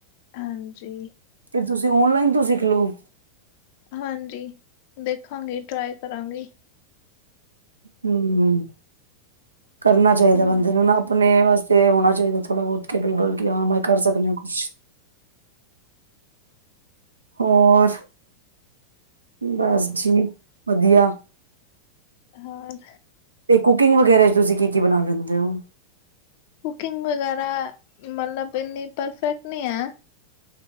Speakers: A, on the left; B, on the right.
A: ਹਾਂਜੀ।
B: ਫਿਰ ਤੁਸੀਂ ਔਨਲਾਈਨ ਤੋਂ ਸਿੱਖ ਲਓ।
A: ਹਾਂਜੀ ਦੇਖਾਂਗੇ ਟਰਾਈ ਕਰਾਂਗੇ
B: ਹਮ ਕਰਨਾ ਚਾਹੀਦਾ
A: ਹੂੰ,
B: ਬੰਦੇ ਨੂੰ ਨਾ ਆਪਣੇ ਵਸਤੇ ਤੇ ਹੋਣਾ ਚਾਹੀਦਾ ਥੋੜਾ ਬਹੁਤ ਕੈਪਰੀਪੇਬਲ <inaudible> ਕਿ ਹਾਂ ਕਰ ਸਕਦੇ ਹ ਕੁਛ ਹੋਰ ਬਸ ਜੀ ਵਧੀਆ।
A: ਹੋਰ?
B: ਤੇ ਕੁਕਿੰਗ ਵਗੈਰਾ ਚ ਤੁਸੀਂ ਕੀ-ਕੀ ਬਣਾ ਲੈਂਦੇ ਹੋ?
A: ਕੁਕਿੰਗ ਵਗੈਰਾ ਮਤਲਬ ਇੰਨੀ ਪਰਫੈਕਟ ਨਹੀਂ ਏ